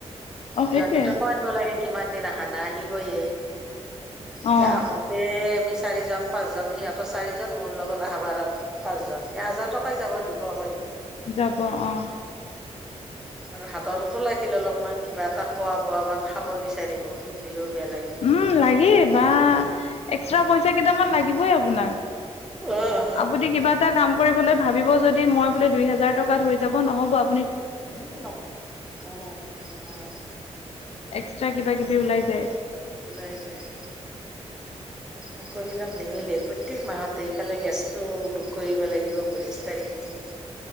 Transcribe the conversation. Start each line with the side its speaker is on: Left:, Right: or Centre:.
Left: অ', সেইটোৱে
Centre: ইহঁত দুটা <unintelligible> কিমান দিন আহা নাই, আহিবয়ে এতিয়া
Left: অ',
Centre: আহোন। এ আমি চাৰিজন পাঁচজন সিহঁতৰ চাৰিজন মোৰ লগত। বা বাৰ পাঁচজন, এহেজাৰ টকাই যাব দুশ কৰি।
Left: যাব অঁ।
Centre: আৰু হাতততো লাগিল অলপমান কিবা এটা খোৱা বোৱা বা খাব বিচাৰিব নিদিলেও বেয়া লাগে।
Left: উম লাগেই বা এক্সট্ৰা পইচা কেইটামান লাগিবই আপোনাক।
Centre: অ',
Left: আপুনি কিবা এটা কাম কৰিবলৈ ভাবিব যদি মই বোলে দুই হাজাৰ টকাত হৈ যাব নহ'ব, -
Centre: উম ন, উম উম উম।
Left: এক্সট্ৰা কিবা কিবি ওলাই যায়।
Centre: ওলাই যায়। অংকবিলাক নিমিলে প্ৰত্যেক মাহতে, ইফালে গেছটো বুক কৰিব লাগিব পঁচিশ তাৰিখে।